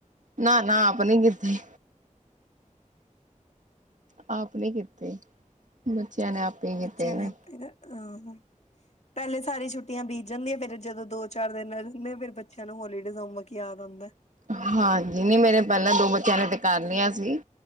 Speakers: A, on the right; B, on the left.
A: ਨਾ- ਨਾ, ਆਪਣੀ ਕਿੱਥੇ। ਆਪ ਨੀ ਕੀਤੇ। ਬੱਚਿਆਂ ਨੇ ਆਪੇ ਹੀ
B: ਬੱਚਿਆਂ
A: ਕੀਤੇ
B: ਨੇ
A: ਵੇ।
B: ਆਪੇ ਅਹ ਪਹਿਲੇ, ਸਾਰੀ ਛੁੱਟੀਆਂ ਬੀਤ ਜਾਂਦੀਆਂ। ਫੇਰ ਜਦੋਂ ਦੋ, ਚਾਰ ਦਿਨ ਰਹਿੰਦੇ। ਫੇਰ ਬੱਚਿਆਂ ਨੂੰ, ਹੋਲੀਡੇਜ਼ਮ ਹੋਮਵਰਕ ਯਾਦ ਆਂਦਾ।
A: ਹਾਂਜੀ। ਨੀ ਮੇਰੇ, ਪਹਿਲਾਂ ਦੋ ਬੱਚਿਆਂ ਨੇ, ਤਾਂ ਕਰ ਲਿਆ ਸੀ।